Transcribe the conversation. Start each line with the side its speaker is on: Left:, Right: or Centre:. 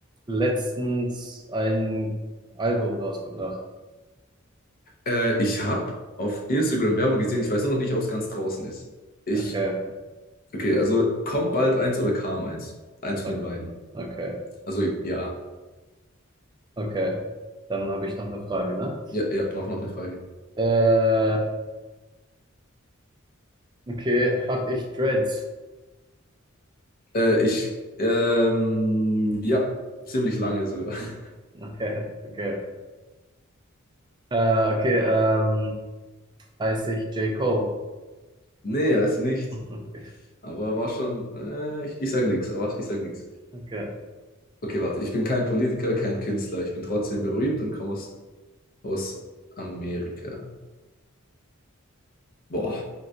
Right: letztens ein Album rausgebracht.
Left: Äh, ich habe auf Instagram Werbung gesehen, ich weiß nur noch nicht, ob es ganz draußen ist. Ich,
Right: Okay,
Left: okay, also kommt bald eins oder kam eins? Eins von
Right: okay,
Left: den beiden.
Right: okay,
Left: Also ja.
Right: okay. Dann habe ich noch eine Frage, ne?
Left: Ja, ja, mach noch eine Frage.
Right: Äh, okay, habe ich Dreads?
Left: Äh, ich, ähm, ja, ziemlich lange
Right: Hm. <laughs>
Left: sogar. <laughs>
Right: Hm. Okay, okay. Äh, okay, ähm, heiße ich J. Cole?
Left: Nee, er ist nicht.
Right: <laughs> Okay,
Left: Aber war schon, äh, ich, ich sag nichts, ich sag nichts.
Right: okay.
Left: Okay, warte, ich bin kein Politiker, kein Künstler. Ich bin trotzdem berühmt und komme aus, aus Amerika. Boah,